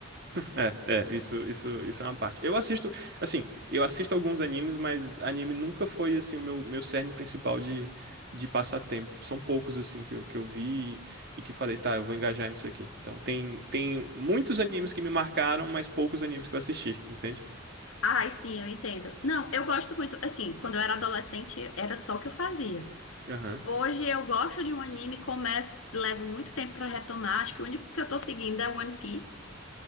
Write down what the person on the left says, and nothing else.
Ai, sim, eu entendo. Não, eu gosto muito. Assim, quando eu era adolescente, era só o que eu fazia.
Hoje eu gosto de um anime, começo, levo muito tempo pra retomar. Acho que o único que eu tô seguindo é One Piece.